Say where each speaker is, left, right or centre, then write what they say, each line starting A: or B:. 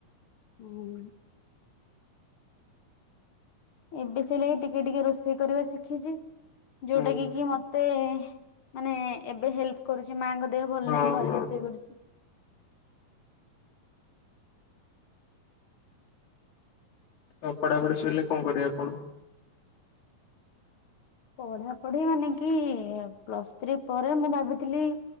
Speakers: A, on the left (about 55°); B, on the left (about 90°).
A: ହୁଁ। ଏବେ ସେଲାଗି ଟିକେ ଟିକେ ରୋଷେଇ କରିବା ଶିଖିଛି ଯୋଉଟା
B: ହୁଁ
A: କି କି ମ ମତେ ମାନେ ଏବେ ହେଲ୍ପ କରୁଛି ମାଙ୍କ ଦେହ ଭଲ
B: ହଁ
A: ନାହିଁ ଘରେ
B: ହଁ
A: ରୋଷେଇ କରୁଛି।
B: ଆଉ ପଢାପଢି ସଇଲେ କଣ କରିବେ ଆପଣ?
A: ପଢା ପଢି ମାନେ କି ପ୍ଲସ ଥ୍ରୀ ପରେ ମୁଁ ଭାବିଥିଲି